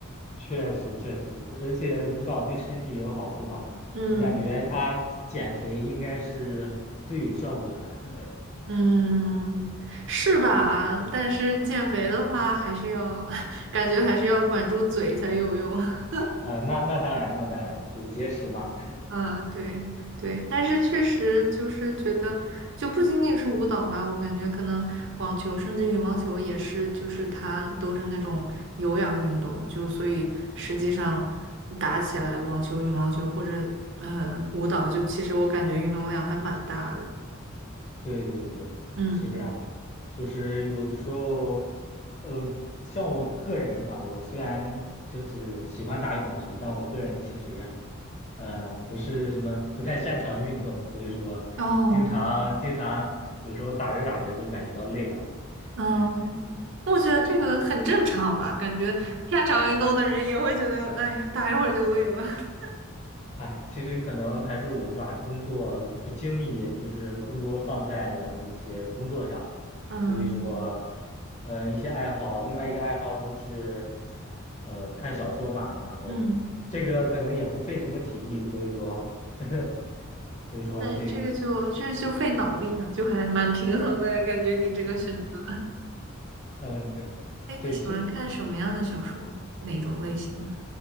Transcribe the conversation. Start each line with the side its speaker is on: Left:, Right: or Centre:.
Left: 确实确实，而且舞蹈对身体也有好处嘛。
Right: 嗯
Left: 我感觉它减肥应该是最有效果的。<laughs>
Right: 嗯，是吧？但是减肥的话，还是要 <laughs> 感觉还是要管住嘴才有用。<laughs>
Left: 啊、那那当然，那当然，就节食嘛。
Right: 嗯，对对，但是确实就是觉得，就不仅仅是舞蹈吧，我感觉可能网球甚至羽毛球也是，就是它都是那种有氧运动，就所以实际上打起来，网球、羽毛球或者呃舞蹈，就其实我感觉运动量还蛮大的。
Left: 对对对，
Right: 嗯，
Left: 是这样，就是有的时候，呃，像我个人是吧？我虽然就是喜欢打羽毛球，但我个人其实，呃，不是什么不太擅长运动，所以说，
Right: 哦，
Left: 经常经常有时候打着打着就感觉到累了，
Right: 嗯，
Left: 哎，
Right: 我觉得这个很正常吧，感觉擅长运动的人也会觉得，哎，打一会儿就累了。<laughs>
Left: 哎，其实可能还是我把工作的精力就是更多放在了那些工作上，
Right: 嗯
Left: 所以说，呃，一些爱好，另外一个爱好就是，呃，看小说嘛，然后这个可能也不费什么体力，
Right: 嗯。
Left: 所以说，<laughs> 所以说会，
Right: 哎，这个就这就费脑力啊，就还蛮平衡的呀，感觉你这个选择。
Left: 嗯，对，
Right: 哎，
Left: 对，
Right: 你喜欢看什么样的小说？
Left: 其实
Right: 哪种类型的？